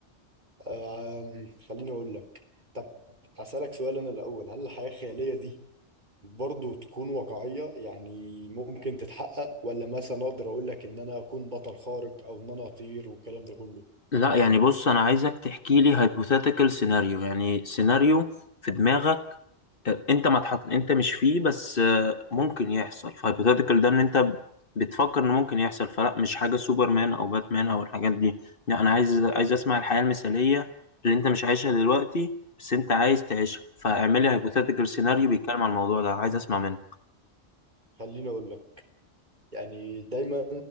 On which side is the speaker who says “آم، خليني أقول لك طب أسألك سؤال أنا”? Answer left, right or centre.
Right